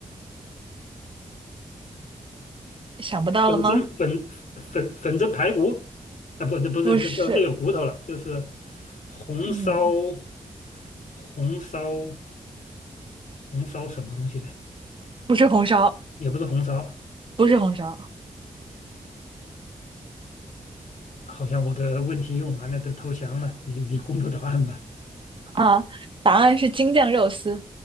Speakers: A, on the right; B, on the left.
A: 想不到了吗？
B: 粉蒸粉粉粉蒸排骨啊，不，那不是那个那有骨头了，
A: 不是，
B: 就是红烧
A: 嗯，
B: 红烧红烧什么东西的，
A: 不是红烧，
B: 也不是红烧。
A: 不是红烧
B: 好像我的问题用完了，都投降了。你你公布答案吧。
A: 啊，答案是京酱肉丝。